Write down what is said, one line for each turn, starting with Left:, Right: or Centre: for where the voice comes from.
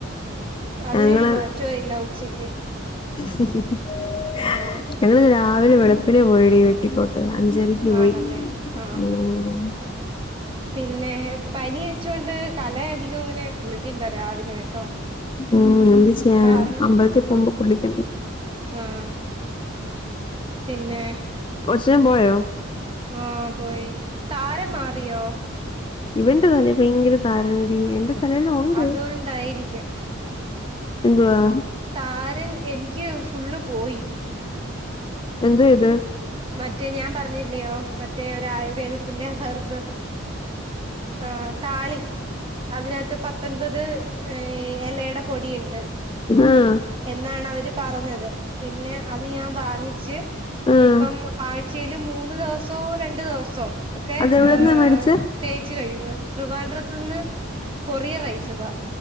Right: അതിനൊരു
Left: ഞങ്ങള്
Right: മാറ്റവല്ല ഉച്ചക്ക്
Left: ശ ശ <unintelligible>
Right: ഉം
Left: എങ്ങദരാ അവന് വെളപ്പിനെ പോയടിവെട്ടിക്കോട്ടു അഞ്ചരക്ക് പോയി
Right: ആണല്ലേ ആഹ്
Left: ഉ അ
Right: പിന്നെ പനി അഴച്ചൊണ്ട് തല അധികം ഇങ്ങനെ കുളിക്കണ്ട രാവിലെ കേട്ടോ
Left: ഉം എന്ത് ചെയ്യാനാ
Right: കാരണം
Left: അമ്പലത്തിൽ പോകുമ്പോ
Right: ആഹ
Left: കുളിക്കണ്ടേ
Right: ആഹ പിന്നെ
Left: കൊച്ചൻ പോയോ
Right: ആഹ പോയി താരംമാറിയോ
Left: ഇവന്റെ തല ഭയങ്കര താരണടി എന്റെ തലേലുംഉണ്ട്
Right: അതുകൊണ്ടായിരിക്കും
Left: എന്തുവാ
Right: താരൻ എനിക്ക് ഫുള്ള്പോയി
Left: എന്ത്വാ ഇത്
Right: മറ്റേ ഞാൻ പറഞ്ഞില്ലയോ മറ്റേ ഒരു ആയുർവേദത്തിന്റെ ഹെർബ് ആ താളി അതിനകത്ത് പത്തൊൻപത് ഏ എലയുടെ പൊടിയുണ്ട്
Left: ആഹ്
Right: എന്നാണ് അവര് ര് പറഞ്ഞത് പിന്നെ അത് ഞാൻ വാങ്ങിച്ച്ച്
Left: ആഹ്
Right: ഇപ്പം ആഴ്ചൽ മൂന്ന് ദിവസോ രണ്ടു ദിവസോ ഒക്കെ
Left: അതെവിടെന്നാ
Right: ഏ
Left: മേടിച്ചെ
Right: തേയിച്ച് കഴുകും തൃവാഡ്രത്തു നിന്ന് കൊറിയറയച്ചതാ